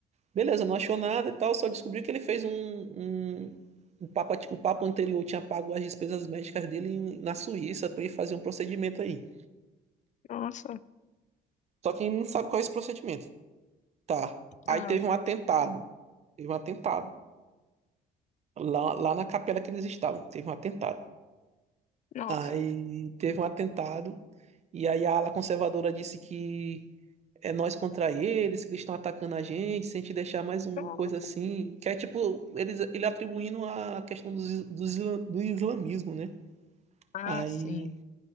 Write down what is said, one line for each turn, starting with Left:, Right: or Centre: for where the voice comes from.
Right: beleza, não achou nada e tal, só descobriu que ele fez um, um, o papa, o papa anterior tinha pago as despesas médicas dele em- na Suíça para ele fazer um procedimento aí.
Left: Nossa.
Right: Só que ele não sabe qual é esse procedimento. Tá. Aí
Left: Ah,
Right: teve um atentado. Teve um atentado. Lá, lá na capela que eles estavam, teve um atentado.
Left: nossa.
Right: Aí teve um atentado. E aí a ala conservadora disse que é nós contra eles, que eles estão atacando a gente, se a gente deixar mais uma
Left: Nossa.
Right: coisa assim, que é tipo, eles, ele atribuindo a questão do, is- do, isla- do islamismo, né?
Left: Ah,
Right: Aí,
Left: sim.